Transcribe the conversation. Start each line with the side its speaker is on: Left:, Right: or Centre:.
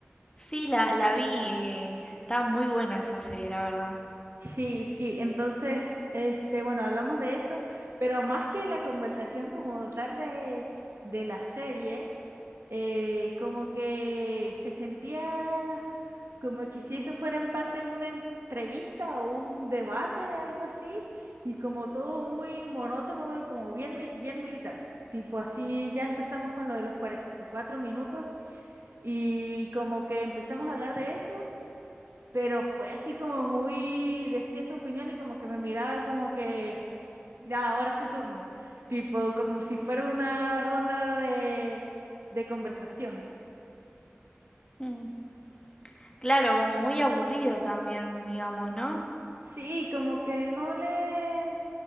Left: Sí, la, la vi. eh, está muy buena esa serie, la verdad.
Right: Sí, sí, entonces, este, bueno, hablamos de eso, pero más que la conversación como tal de, de la serie, eh, como que se sentía como que si eso fuera en parte una entrevista o un debate, algo así, y como todo muy monótono y como bien, mi- bien militar. Tipo así, ya empezamos con lo de los cuare- cuatro minutos y como que empezamos a hablar de eso, pero fue así como muy, decía su opinión y como que me miraba como que, ya, ahora es tu turno, tipo como si fuera una ronda de, de conversación.
Left: Mm. Claro, como muy aburrido también, digamos, ¿no?
Right: Sí, como que no le,